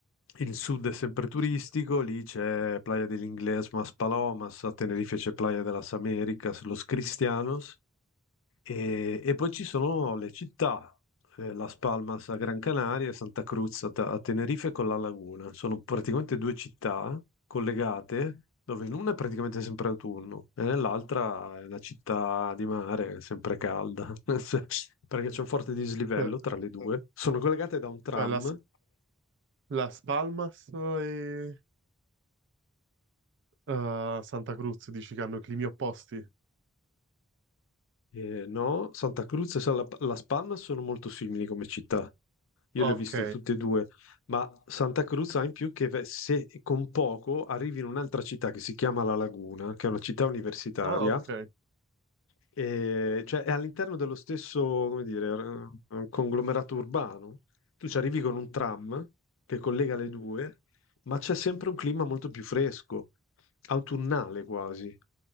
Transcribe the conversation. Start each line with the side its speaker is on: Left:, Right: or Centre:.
Left: Il sud è sempre turistico,
Right: Sì.
Left: lì c'è Playa del Inglés, Mas Palomas, a Tenerife c'è Playa de las Américas, Los Cristianos, e, e poi ci sono le città, eh, Las Palmas a Gran Canaria e Santa Cruz a, Ta- a Tenerife con La Laguna. Sono praticamente due città collegate, dove in una è praticamente sempre autunno e nell'altra è una città di mare, sempre calda, <laughs> Cioè, perché c'è un forte dislivello
Right: Cioè,
Left: tra le due. Sono collegate da un tram.
Right: cioè, la Las Palmas e eh, Santa Cruz dici che hanno climi opposti?
Left: eh, no, Santa Cruz e Sal- Las Palmas sono molto simili come città, Io
Right: Ok.
Left: le ho viste tutte e due, ma Santa Cruz ha in più che ve- se con poco arrivi in un'altra città che si chiama La Laguna, che è una città universitaria,
Right: Ah, ok.
Left: e, cioè, è all'interno dello stesso, come dire, eh, conglomerato urbano. Tu ci arrivi con un tram che collega le due, ma c'è sempre un clima molto più fresco, autunnale quasi.